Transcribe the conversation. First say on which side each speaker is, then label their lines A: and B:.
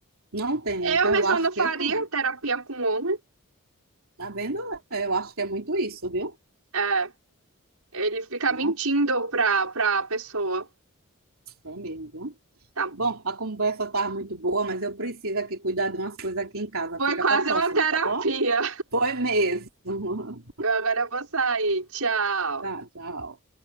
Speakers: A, on the right; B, on the right.
A: não tem.
B: Eu
A: Então,
B: mesma
A: eu acho
B: não faria
A: que, pô,
B: terapia com homem.
A: tá vendo? Eu acho que é muito isso, viu?
B: É, ele fica
A: Bom,
B: mentindo pra, pra pessoa.
A: é mesmo, viu?
B: Tá?
A: Bom, a conversa tá muito boa, mas eu preciso aqui cuidar de umas coisas aqui em casa.
B: Foi
A: Fica
B: quase
A: para a próxima,
B: uma terapia.
A: tá bom? Foi mesmo.
B: Eu agora vou sair. Tchau.
A: <laughs> Tá, tchau.